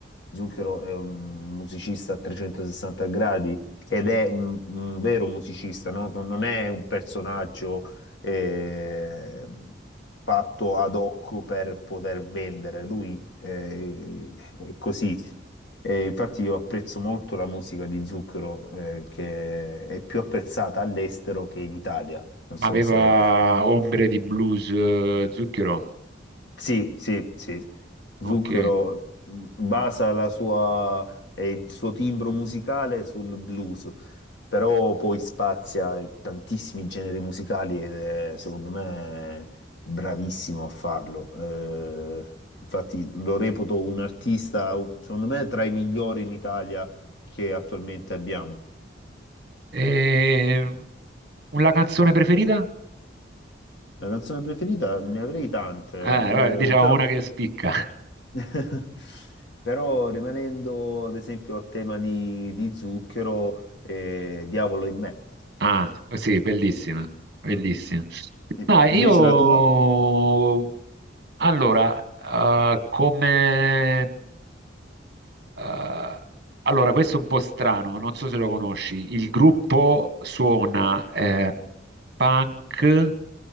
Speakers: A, on the left; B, on the right.
A: Zucchero è un musicista a 360 gradi ed è un, un vero musicista, no? Non è un personaggio eh, fatto ad hoc per poter vendere. Lui eh, è così. E infatti io apprezzo molto la musica di Zucchero, eh, che è più apprezzata all'estero che in Italia. Non so
B: ma aveva
A: se
B: ombre di blues, eh, Zucchero,
A: Sì, sì, sì. Zucchero
B: ok.
A: mh, basa la sua, eh, il suo timbro musicale sul blues, però poi spazia tantissimi generi musicali ed è, secondo me, bravissimo a farlo. Eh, infatti lo reputo un artista, secondo me, tra i migliori in Italia che attualmente abbiamo.
B: E... Una canzone preferita?
A: La canzone preferita ne avrei tante,
B: Eh, vabbè, diciamo
A: eh, però
B: una che spicca.
A: <laughs> Però rimanendo ad esempio a tema di, di zucchero, eh, diavolo in me.
B: Ah, sì, bellissima, bellissima.
A: Mm. I-
B: No, io
A: Invece la tua?
B: allora, eh, come eh, allora, questo è un po' strano, non so se lo conosci. Il gruppo suona eh, punk,